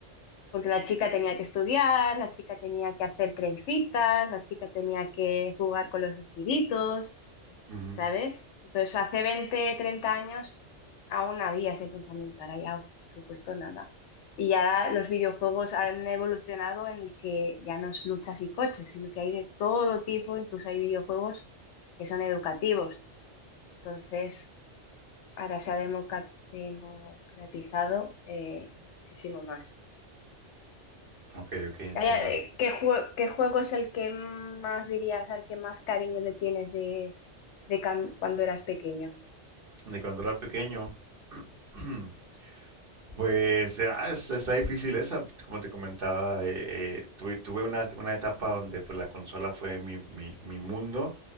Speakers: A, on the left; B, on the right.
A: porque la chica tenía que estudiar, la chica tenía que hacer trencitas, la chica tenía que jugar con los vestiditos,
B: ujú.
A: ¿sabes? Entonces hace 20, 30 años aún había ese pensamiento, ahora ya por supuesto nada. Y ya los videojuegos han evolucionado en el que ya no es luchas y coches, sino que hay de todo tipo, incluso hay videojuegos que son educativos. Entonces, ahora se ha democa- democratizado eh, muchísimo más.
B: Ok, ok, entiendo.
A: Calla, eh, ¿Qué juego, qué juego es el que más dirías, al que más cariño le tienes de, de can- cuando eras pequeño?
B: De cuando era pequeño. hmm, Pues ah, es- está difícil esa, como te comentaba, eh, eh, tuve, tuve una, una etapa donde pues la consola fue mi, mi, mi mundo,